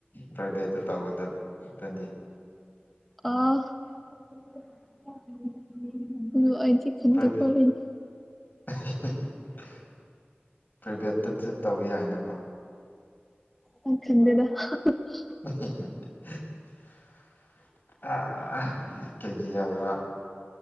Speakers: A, on the left; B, in the centre.
A: ꯄ꯭ꯔꯥꯏꯚꯦꯠꯇ ꯇꯧꯒꯗꯕ ꯗꯅꯤ
B: ꯑꯣ <unintelligible> <unintelligible> ꯑꯗꯣ ꯑꯩꯗꯤ ꯈꯟꯗꯦꯀꯣ
A: ꯄ꯭ꯔꯥꯏ
B: <unintelligible>
A: <unintelligible> ꯄ꯭ꯔꯥꯏꯚꯦꯠꯇ ꯆꯦꯠ ꯇꯧꯕ ꯌꯥꯏꯅꯥꯀꯣ
B: ꯑꯩ ꯈꯪꯗꯦꯗ <unintelligible>
A: <unintelligible> ꯀꯩꯒꯤ ꯌꯥꯗꯕ